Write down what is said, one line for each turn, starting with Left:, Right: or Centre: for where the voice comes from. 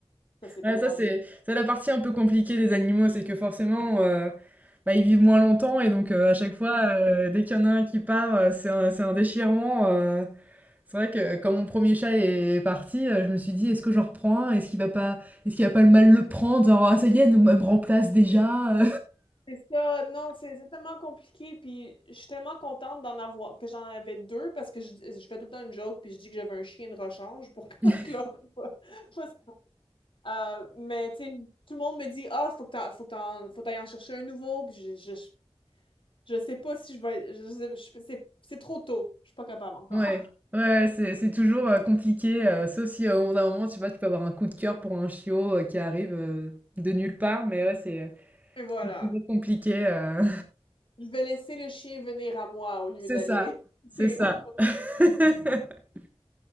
Left: ça s'est
Right: Ouais,
Left: comme
Right: ça,
Left: rempli.
Right: c'est c'est la partie un peu compliquée des animaux, c'est que forcément, euh, bah, ils vivent moins longtemps et donc euh, à chaque fois, euh, dès qu'il y en a un qui part, euh, c'est un, c'est un déchirement. euh. C'est vrai que quand mon premier chat est parti, euh, je me suis dit, est-ce que j'en reprends un Est-ce qu'il va pas, est-ce qu'il va pas le mal le prendre? Genre, ah, ça y est, elle nous me remplace déjà.
Left: C'est ça, non, c'est c'est tellement compliqué, puis je suis tellement contente d'en avoir, que j'en avais deux, parce que je, je fais tout le temps une joke, puis je dis que j'avais un chien de rechange pour que
Right: <laughs>
Left: <laughs> l'autre... fasse- Euh, mais, tu sais, tout le monde me dit, ah, faut que t'en, faut que t'en- faut t'ailles en chercher un nouveau, puis je, je, je sais pas si je vais... je sais- je- c'est c'est trop tôt, je suis pas capable encore.
Right: Ouais, ouais, ouais, c'est c'est toujours euh, compliqué, euh, sauf si euh, au bout d'un moment, tu sais pas, tu peux avoir un coup de cœur pour un chiot euh, qui arrive euh, de nulle part, mais ouais, c'est
Left: <laughs> Et voilà.
Right: c'est toujours compliqué. euh.
Left: Je vais laisser le chien venir à moi au lieu
Right: C'est
Left: d'aller...
Right: ça,
Left: <laughs>
Right: c'est ça. <laughs>